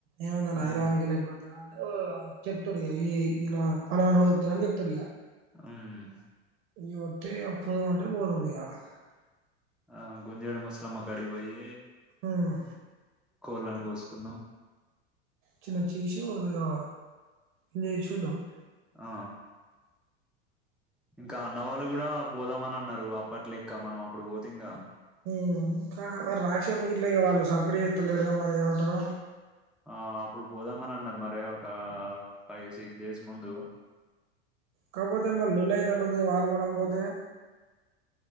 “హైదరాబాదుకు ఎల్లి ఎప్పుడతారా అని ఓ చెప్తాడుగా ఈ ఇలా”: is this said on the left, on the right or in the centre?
Right